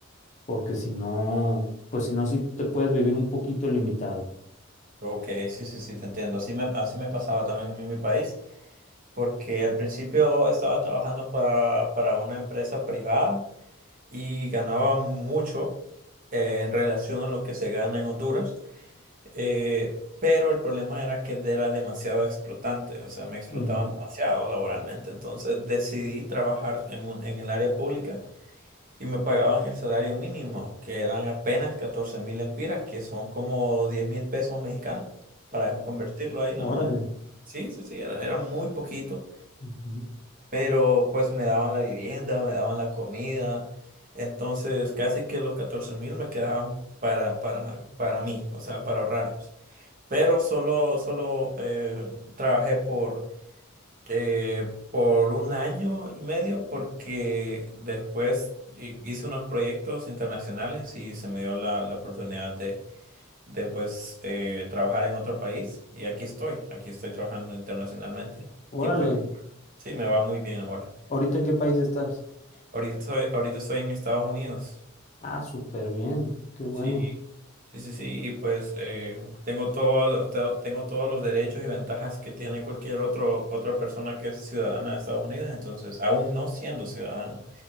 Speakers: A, on the left; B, on the right.
A: porque si no, pues si no, sí te puedes vivir un poquito limitado.
B: Ok, sí, sí, sí, te entiendo. Así me, así me pasaba también a mí en mi país. porque al principio estaba trabajando para, para una empresa privada y ganaba mucho eh, en relación a lo que se gana en Honduras, eh, pero el problema era que era demasiado explotante, o sea, me explotaban
A: Mm.
B: demasiado laboralmente, entonces decidí trabajar en, un- en el área pública y me pagaban el salario mínimo, que eran apenas catorce mil empiras, que son como diez mil pesos mexicanos, para convertirlo ahí en
A: Órale.
B: la moneda. Sí, sí, sí, era, era muy poquito
A: Ujú.
B: pero pues me daban la vivienda, me daban la comida, entonces casi que los catorce mil me quedaban para, para, para mí, o sea, para ahorrarlos. Pero solo, solo eh, trabajé por, eh, por un año y medio porque después hi- hice unos proyectos internacionales y se me dio la, la oportunidad de, de pues eh, trabajar en otro país y aquí estoy, aquí estoy trabajando internacionalmente
A: Órale.
B: y pues sí, me va muy bien ahora.
A: ¿Ahorita en qué país estás?
B: Ahorita estoy, ahorita estoy en Estados Unidos.
A: Ah, súper bien. Qué bueno.
B: Sí, Sí, sí, sí, y pues eh, tengo todos los, to- tengo todos los derechos y ventajas que tiene cualquier otro, otra persona que es ciudadana de Estados Unidos, entonces, aún no siendo ciudadano.